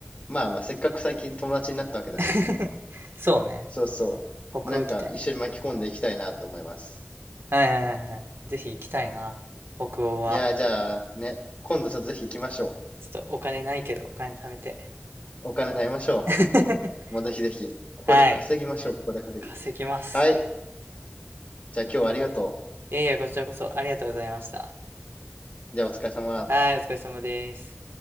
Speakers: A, on the left; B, on the right.
A: まあまあせっかく最近友達になったわけだし、
B: い。<laughs> そうね。
A: そうそう。
B: 北欧行きたいね。
A: なんか一緒に巻き込んでいきたいなと思います。
B: はいはいはいはい。ぜひ行きたいな。北欧は。
A: いやー、じゃあね、今度ちょっとぜひ行きましょ
B: ちょっとお金ないけど、お金貯めて。
A: う。お金貯めましょ
B: <laughs>
A: う。もうぜひぜひ。ここで稼ぎましょう。
B: はい。
A: ここで稼ぎ。
B: 稼ぎます。
A: はい。じゃあ今日はありがと
B: いやいや、こちらこそありがとうございました。
A: う。じゃあお疲れ様。
B: はい、お疲れ様です。